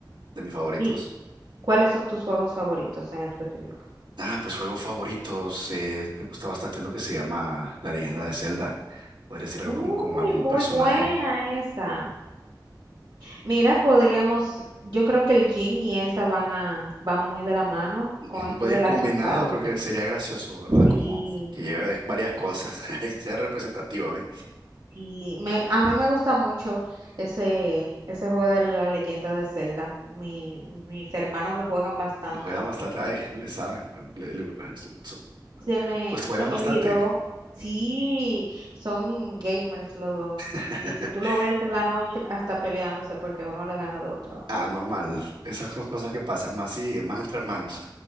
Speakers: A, on the right (about 85°); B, on the right (about 65°).
A: de mis favoritos.
B: ¿Y cuáles son tus juegos favoritos en específico?
A: Ah, pues juegos favoritos, eh, me gusta bastante uno que se llama La Leyenda de Zelda, podría ser algo
B: Uy,
A: como con algún
B: muy
A: personaje,
B: buena esa. Mira, podríamos, yo creo que el yin y esa van a, van muy de la mano
A: <laughs>
B: con esto
A: puede
B: de
A: ir
B: las
A: combinado,
B: espadas.
A: creo que sería gracioso, ¿verdad?
B: Sí.
A: Como que lleve de- varias cosas <laughs> y sea representativo a mí.
B: Y me, a mí me gusta mucho ese, ese juego de la leyenda de Zelda. Mi, mis hermanos lo juegan bastante.
A: los juegan bastante, ay, le saben, le- le- so-
B: Se me,
A: pues juegan
B: se me
A: bastante.
B: olvidó. Sí, son gamers los dos.
A: <laughs>
B: Y si tú lo ves en la noche, hasta peleándose porque uno le gana al otro.
A: Ah, normal, esas son cosas que pasan más y más entre hermanos.